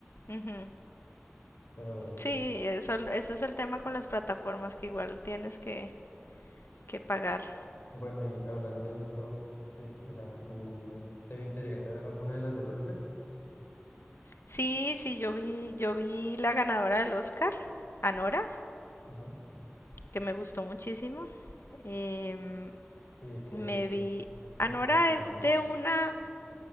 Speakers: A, on the left (about 75°); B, on the left (about 60°).
A: Ujú.
B: Pero
A: Sí, eso, eso es el tema con las plataformas, que igual tienes que, que pagar.
B: Bueno, y hablando de esto, de, o sea, ¿tú te, vi- te llegaste a ver alguna de las del Oscar?
A: Sí, sí, yo vi, yo vi la ganadora del Oscar, Anora.
B: Ajá.
A: que me gustó muchísimo. Em,
B: ¿Y de qué,
A: me vi.
B: de
A: Anora
B: qué se trataba?
A: es de una,